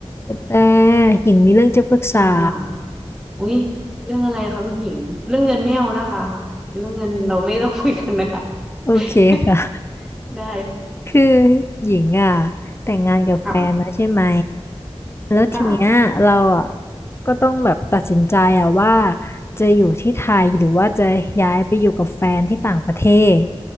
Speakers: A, on the left (about 25°); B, in the centre.
A: กระแตหญิงมีเรื่องจะปรึกษา
B: ค่ะ อุ๊ยเรื่องอะไรคะคุณหญิง เรื่องเงินไม่เอานะคะ เรื่องเงินเราไม่ต้องคุยกันนะคะ
A: โอเคค่ะ
B: <laughs> ได้
A: คือหญิงอ่ะแต่งงานกับแฟนแล้วใช่ไหม
B: <laughs> ค่ะ
A: แล้วทีเนี้ยเราอ่ะ
B: ค่ะ
A: ก็ต้องแบบตัดสินใจอ่ะว่าจะอยู่ที่ไทยหรือว่าจะย้ายไปอยู่กับแฟนที่ต่างประเทศ